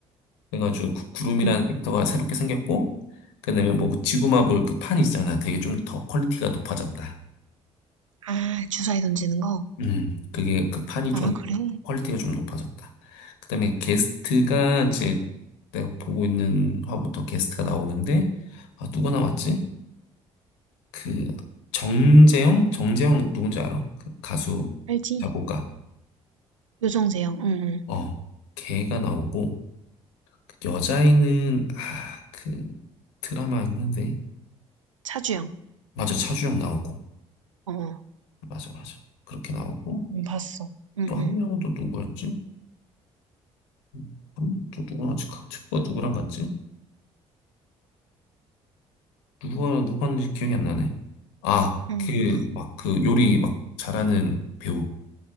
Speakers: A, on the left; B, on the right.
A: 그래가지고 구- 구름이라는
B: 응.
A: 캐릭터가 새롭게 생겼고, 그다음에 뭐 그 지구마블 그 판 있잖아. 그게 좀 더 퀄리티가 높아졌다.
B: 아, 주사위 던지는 거.
A: 음, 그게 그 판이
B: 아,
A: 좀
B: 그래.
A: 퀄리티가 좀 높아졌다. 그다음에 게스트가 이제 내가 보고 있는 화부터 게스트가 나오는데, 아, 누가 나왔지? 그 정재영? 정재영 누군지 알아? 그 가수
B: 알지?
A: 작곡가.
B: 요정재영, 응, 응.
A: 어, 걔가 나오고. 여자애는 아, 그 드라마 있는데
B: 차주영,
A: 맞아 차주영 나오고
B: 어, 어.
A: 맞아 맞아 그렇게 나오고
B: 응, 봤어. 응,
A: 또 한
B: 응.
A: 명은 또 누구였지? 음, 또 누구랑 같이 각 친구가 누구랑 같지? 누가 누구였는지 기억이 안 나네. 아
B: 응.
A: 그 막 그 요리 막 잘하는 배우